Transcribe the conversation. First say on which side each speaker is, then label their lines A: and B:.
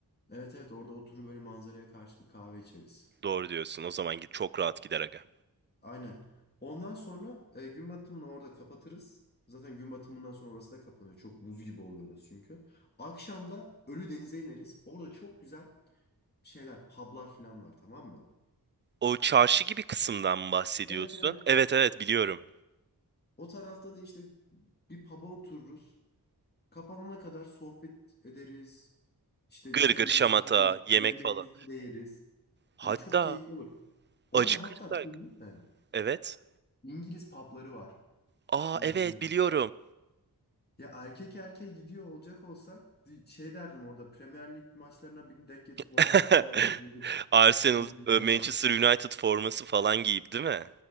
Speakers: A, on the left; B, on the right.
A: Evet evet orada oturur böyle manzaraya karşı bir kahve içeriz.
B: Doğru diyorsun. O zaman git çok rahat gider aga.
A: Aynen. Ondan sonra e, gün batımını orada kapatırız. Zaten gün batımından sonra orası da kapanıyor. Çok buz gibi oluyor orası çünkü. Akşam da Ölüdeniz'e ineriz. Orada çok güzel şeyler, publar falan var tamam mı?
B: O çarşı gibi kısımdan mı bahsediyorsun?
A: Evet evet.
B: Evet evet biliyorum.
A: O tarafta da işte bir pub'a otururuz. Kapanana kadar sohbet ederiz. İşte
B: Gırgır,
A: çerezimizi
B: şamata,
A: yeriz,
B: yemek
A: yemeğimizi
B: falan.
A: de yeriz.
B: Hatta
A: Hani çok keyifli olur. Orada
B: acıkırsak.
A: hatta bir şey diyeyim mi?
B: Evet.
A: İngiliz pubları var.
B: Aa
A: İngilizler
B: evet
A: orada.
B: biliyorum.
A: Ya erkek erkeğe gidiyor olacak olsak şey derdim orada Premier Lig maçlarından birini denk getirip orada
B: <laughs>
A: hep beraber izleyelim
B: Arsenal,
A: İngilizlerle.
B: e, Manchester United forması falan giyip değil mi?